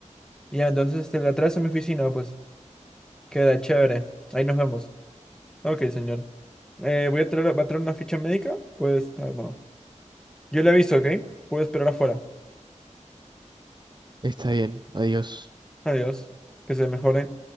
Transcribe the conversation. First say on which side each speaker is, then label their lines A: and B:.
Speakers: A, in the centre; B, on the right.
A: Ya, entonces te la traes a mi oficina, pues. Queda chévere. Ahí nos vemos. Ok, señor. Eh, voy a traer, va a traer una ficha médica. Pues, ah, bueno. Yo le aviso, ¿ok? Puedo esperar afuera.
B: Está bien, adiós.
A: Adiós. Que se mejore.